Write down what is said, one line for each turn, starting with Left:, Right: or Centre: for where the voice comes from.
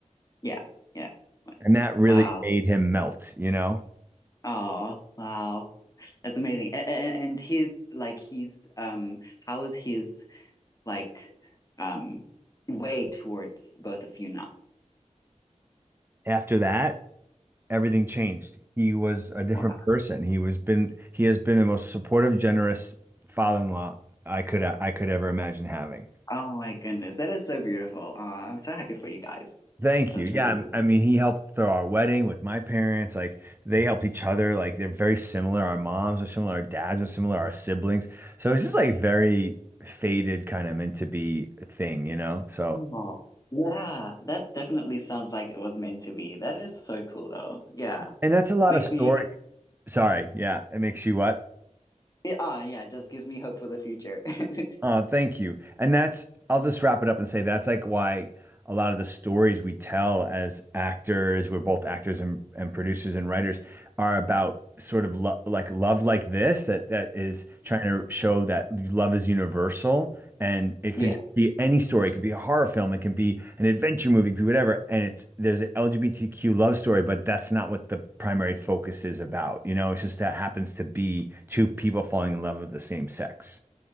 Left: yeah. Yeah.
Right: And that really
Left: Wow.
Right: made him melt, you know?
Left: Oh wow. That's amazing. And, and his like he's um how is his like um way towards both of you now?
Right: After that, everything changed. He was a different
Left: Wow.
Right: person. He was been he has been the most supportive, generous father-in-law I could I could ever imagine having.
Left: Oh my goodness. That is so beautiful. Oh, I'm so happy for you guys.
Right: Thank
Left: That's
Right: you. Yeah,
Left: really cool.
Right: i I mean, he helped throw our wedding with my parents. Like they helped each other. Like they're very similar. Our moms are similar. Our dads are similar. Our siblings. So it's just like very faded kind of meant to be thing, you know? So,
Left: Oh, yeah, that definitely sounds like it was meant to be. That is so cool, though. Yeah,
Right: and that's a lot
Left: makes
Right: of story.
Left: me,
Right: Sorry. Yeah, it makes you what?
Left: yeah, ah, yeah, just gives me hope for the future. <laughs>
Right: Oh, thank you. And that's, I'll just wrap it up and say that's like why a lot of the stories we tell as actors, we're both actors and, and producers and writers, are about sort of lo like love like this that that is trying to show that love is universal and it
Left: Yeah,
Right: could be any story. It could be a horror film, it can be an adventure movie, it could be whatever. And it's there's an LGBTQ love story, but that's not what the primary focus is about. You know, it's just that happens to be two people falling in love of the same sex.